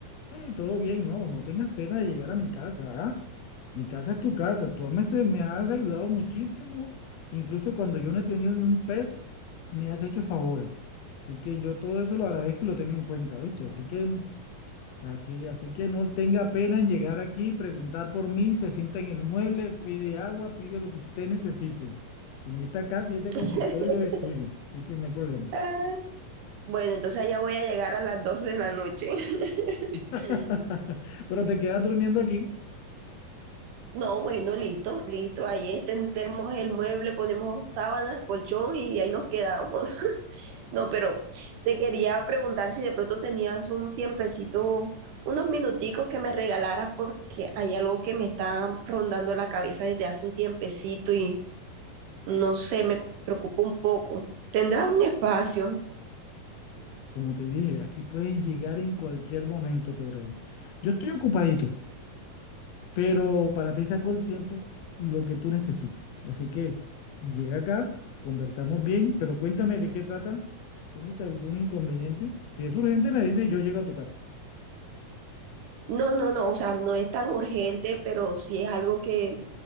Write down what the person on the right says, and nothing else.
<laughs>
Ah, Bueno, entonces allá voy a llegar a las 12 de la noche. <laughs>
No, bueno, listo, listo. Ahí extendemos el mueble, ponemos sábanas, colchón y ahí nos quedamos. <laughs> No, pero te quería preguntar si de pronto tenías un tiempecito, unos minuticos que me regalaras porque hay algo que me está rondando la cabeza desde hace un tiempecito y no sé, me preocupa un poco. ¿Tendrás un espacio?
No, no, no, o sea, no es tan urgente, pero sí es algo que